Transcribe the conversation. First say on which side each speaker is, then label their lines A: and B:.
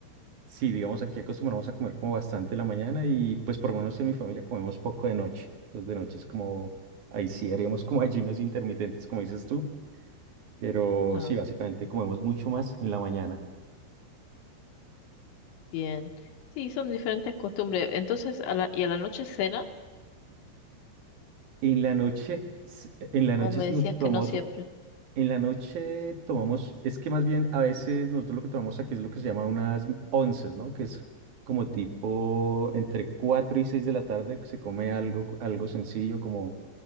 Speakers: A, on the right (about 55°); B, on the left (about 75°).
A: Sí, digamos, aquí acostumbramos a comer como bastante en la mañana y pues por lo menos en mi familia comemos poco de noche. Entonces de noche es como, ahí sí haríamos como <laughs> ayunos intermitentes, como dices tú, pero
B: Claro,
A: sí, básicamente comemos mucho más en la mañana.
B: bien. Sí, son diferentes costumbres. Entonces, a la, ¿y a la noche cena?
A: En la noche, s- en la
B: ¿O
A: noche
B: me decías
A: nos
B: que
A: tomamos
B: no siempre?
A: En la noche tomamos, es que más bien a veces nosotros lo que tomamos aquí es lo que se llama unas onces, ¿no? Que es como tipo entre 4 y 6 de la tarde se come algo, algo sencillo como